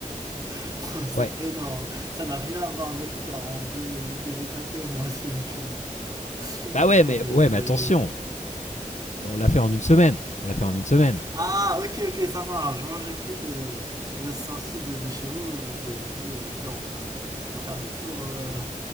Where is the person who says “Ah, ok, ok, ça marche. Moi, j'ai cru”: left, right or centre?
Right